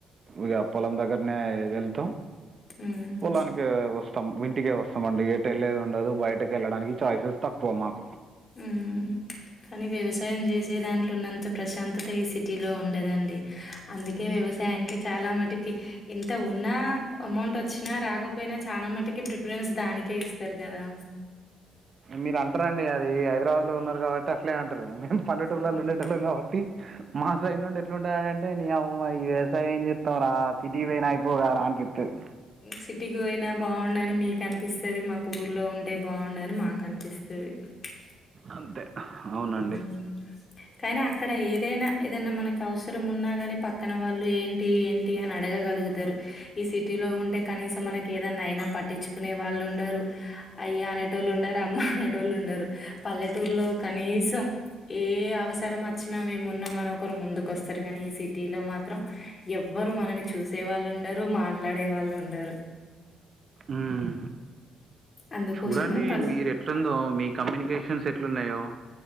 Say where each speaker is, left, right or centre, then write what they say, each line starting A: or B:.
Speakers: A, on the right; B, on the left.
A: ఇగ పొలం దగ్గర నే వెళ్తాం
B: హ్మ్
A: పొలానికె వస్ తం ఇంటికే వస్తామండి ఎటు వెళ్ళలేదుండదు బయటకి వెళ్ళడానికి ఛాయిసెస్ తక్కువ మాకు
B: ఉమ్ కానీ వ్యవసాయం జెసే దాంట్ల ఉన్నంత త ప్రశాంతత ఏ సిటీలో ఉండదండి అందుకే వ్యవసాయానికి చాలా మటికి ఇంత ఉ ఉన్నా అమౌంట్ వచ్చినా రాకపోయినా చానా మటికి ప్రిఫరెన్స్ దానికే ఇస్తరు గదా
A: మీరంట్రంన్డి అది హైదరాబాద్లో ఉన్నారు కాబట్టి అట్లే అంటారు మేమ్ పల్లెటూర్ళ్లలో
B: హ్మ్.
A: ఉండేటోల్లం కాబట్టి మా సైడ్ నుండి ఎట్లుంటదంటే నీ అమ్మా ఈ వ్యవసాయం ఏం చెత్తవ్ రా సిటీ పోయిన అయిపోగదర అనిపితది
B: సిటీకి పోయినా బాగుండని మీక్ అనిపిస్తది మాకు ఊర్లో ఉంటే బాగుండని మాక్ అనిపిస్తుది తది
A: అంతే అవునండి
B: ఉమ్ కానీ అక్కడ ఏదైనా ఏదైనా మనక్ అవసరం ఉన్నా గని పక్కన వాళ్ళు ఏంటి ఏంటి అని అడగగలుగుతారు ఈ సిటీలో ఉంటే కనీసం మనకి ఏదైన్నా ఐనా పట్టించుకునే వాళ్ ఉండరు అయ్యా అనేటోళ్ళు ఉండారు అమ్మ అనేటోళ్ళు ఉండరు పల్లెటూర్లో కనీ సం ఏ అవసరం అచ్చినా మేం ఉన్నాం అని ఒకరు ముందుకోస్తారు గనీ ఈ సిటీలో మాత్రం ఎవ్వరు మనల్ని చూసే వాళ్ళు ఉండరు మాట్లాడే వాళ్ళు ఉండరు
A: ఉమ్
B: అందుకోసమే
A: చూడండి
B: పల్లె
A: మీరు ఎట్లుందో మీ కమ్యూనికేషన్స్ ఎట్లున్నాయో